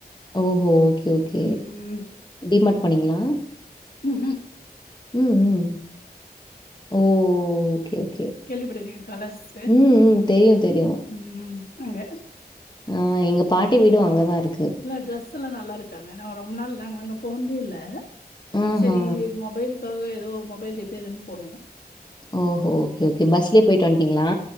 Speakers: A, on the left (about 25°); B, on the left (about 65°).
A: ஓஹோ ஓகே ஓகே
B: ம்
A: டிமார்ட் போனீங்களா
B: ம்ஹூம்
A: ம் ம் ஓ ஓகே ஓகே
B: கேள்விப்பட்டுருக்கீங்க கலர்ஸ்சு
A: ம், ம். தெரியும், தெரியும்.
B: ம் அங்க
A: ஆ எங்க பாட்டி வீடு அங்கதா இருக்கு
B: ல ட்ரெஸ் எல்லா நல்லா இருக்காங்க நா ரொம்ப நாள் நா அங்க போன்தே இல்ல
A: ஆஹா!
B: சரி மொபைல் இதுக்காவே எதோ மொபைல் ரிப்பேருன் போனோ
A: ஓஹோ ஓகே ஓகே பஸ்லே போயிட்டு வன்ட்டிங்களா